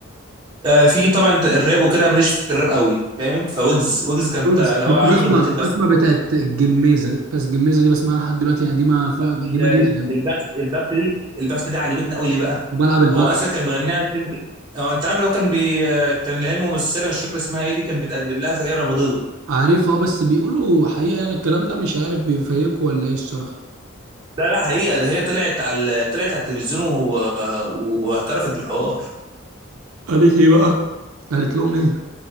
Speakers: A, on the right; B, on the right.
A: آه في طبعا انت الراب وكده ماليش في الراب قوي فاهم فويجز ويجز كان
B: كنت
A: تا- اللي هو
B: كنت
A: عامل
B: بسمع
A: اغنيه البخت
B: بسمع بتاعت الجميزه بس الجميزه دي بسمعها لحد دلوقتي قديمه ف... قديمه
A: ال-
B: جدا
A: البخت البخت دي البخت دي عجبتني قوي ليه بقى؟
B: وبلعب البخ
A: هو اصلا كان مغنيها عشان هو انت عارف اللي هو كان بي آه، كان اللي هي الممثله مش فاكر اسمها ايه دي كان بيتقدم لها فهي رفضته
B: عارفها آه، بس بيقولوا حقيقه يعني الكلام ده مش عارف بيفيقوا ولا ايه الصراحه
A: لا لا حقيقه ده هي طلعت على ال- طلعت على التلفزيون وهو- واعترفت بالحوار
B: قالت ايه بقى قالت لهم ايه